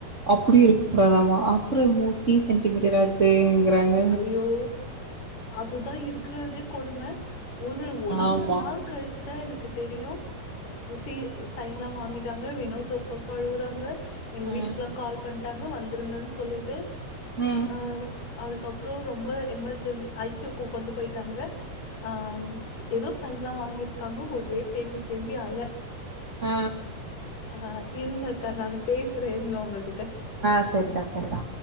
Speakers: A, on the right; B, on the left.
A: அப்படி இருக்க கூடாதாமா அப்பறோ மூ த்ரீ சென்டிமீட்டரா ச்சிங்கிறாங்க
B: ஐயோ அதுதா இருக்கிறதே கொடும ஒரு ஒன்ட்ர
A: ஆமா
B: நாள் கழிச்சுதா எனக்கு தெரியு சி சைன் எல்லா வாங்கிட்டாங்க வினோத் ஒரு பக்கோ அழுவுறாங்க எங்க
A: ஆ
B: வீட்டுக்கெல்லா கால் பண்ட்டாங்க வந்துருங்கன்னு சொல்லிட்டு
A: ம்
B: அ அதுக்கு அப் றோ ரொம்ப எமர்ஜென் ஐ சி யுக்கு கொண்டு போயிட்டாங்க ஆ ஏதோ சைன்ல்லா வாங்கிருக்காங்க ஒரே தேம்பி தேம்பி அழ
A: ஆ
B: ஆ இருங்க அக்கா நானு பேசுறே இருங்க உங்ககிட்
A: ஆ செரிடா செரிடா